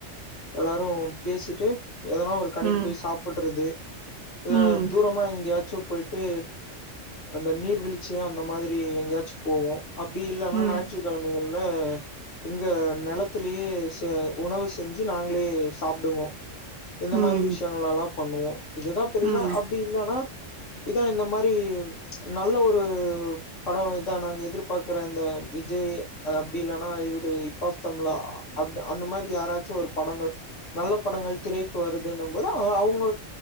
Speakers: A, on the left; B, on the right.
A: எல்லாரு பேசிட்டு எதனா ஒரு கடைக்கு
B: ம்,
A: போய் சாப்பிடுறது இல்ல
B: ம்,
A: தூரமா இங்கயா போயிட்டு அந்த நீர்வீழ்ச்சியம் அந்த மாதிரி எங்கயாச்சும் போவோம் அப்படி இல்லன்னா
B: ம், ம்,
A: ஞாயிற்றுக்கிழமைகள் இங்க இங்க நிலத்திலேயே ச உணவு செஞ்சு நாங்களே சாப்பிடுவோம் இந்த
B: ம்,
A: மாதிரி விஷயங்கள் எல்லாம் பண்ணுவோம் இதுதான் பெருசா
B: ம்,
A: அப்டி இல்லைன்னா இதான் இந்த மாரி நல்ல ஒரு படம் இதான் நாங்க எதிர்பார்க்கற இந்த விஜய் அப்டி இல்லன்னா இவுரு இப்பாப் தமிழலா அ அந்த மாரி யாராச்சோ ஒரு படங்கள் நல்ல படங்கள் திரைக்கு வருதுன்னு போது அவங்க